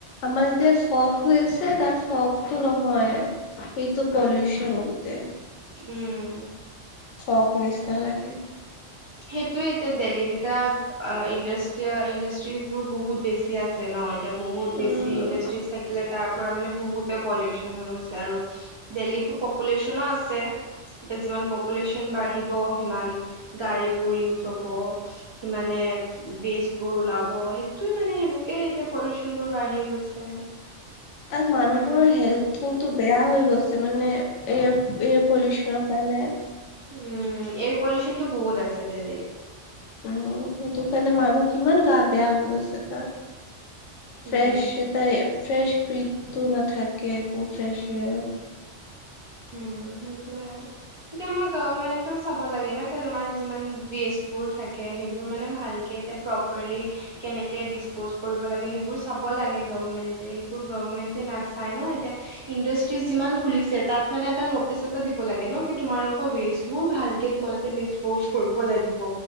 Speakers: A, on the left; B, on the right.
A: আমাৰ যেতিয়া ফক হৈ আছে তাত ফকটো নহয়, এইেইটো পলিউশন গোতেই।
B: উম।
A: ফগ নিচিনা লাগে।
B: সেইটোৱে এতিয়া দেল্হীত এতিয়া ইণ্ডাষ্ট ইণ্ডাষ্ট্ৰিজ বোৰ বহুত বেছি আছে ন এতিয়া বহুত
A: উম
B: বেছি ইণ্ডাষ্ট্ৰিজ থাকিলে তাৰ মানে বহুতে পলিউচন হৈ গৈছে আৰু দিল্লীত পপুলেশ্যনো আছে। এতিয়া যিমান পপুলেশ্যন বাঢ়িব সিমান গাড়ী বোৰ ইউজ হ'ব সি মানে বেষ্ট বোৰ ওলাব সেইটোয়ে মানে সেনেকে এতিয়া পলিওচন বোৰ বাঢ়ি গৈছে।
A: তাত মানুহ বোৰৰ হেল্থ কিন্তু বেয়া হৈ মানে এয়াৰ এয়াৰ পলিউশনৰ কাৰণে
B: উম এয়াৰ পলিউচনটো বহুত আছে দিল্লীত
A: উম সেইটো কাৰণে মানুহ কিমান গা বেয়া হৈ গৈছে তাৰ
B: উম
A: ফ্ৰেছ তাই ফ্ৰেশ ব্ৰেথটো নাথাকে একো ফ্ৰেছ শেৰ
B: উম সেইটোয়ে এতিয়া আমাৰ গভৰ্মেন্তেও চাব লাগে ন যি যিমান যিষ্টি থাকে সেইবোৰ মানে ভালকে এতিয়া প্ৰপাৰলি কেনেকে ডিচপজ কৰিব লাগে সেইবোৰ চাব লাগে গভমেণ্টে সেইবোৰ গভমেণ্টে নাচায় ন এতিয়া ইণ্ডাষ্ট্ৰিজ যিমান খুলিছে তাত। মানে এটা নটিচ এটা দিব লাগে ন তোমাৰ লগত ৱেষ্টবোৰ ভালকে তোমাৰ লগত দিছপওছ লাগিব।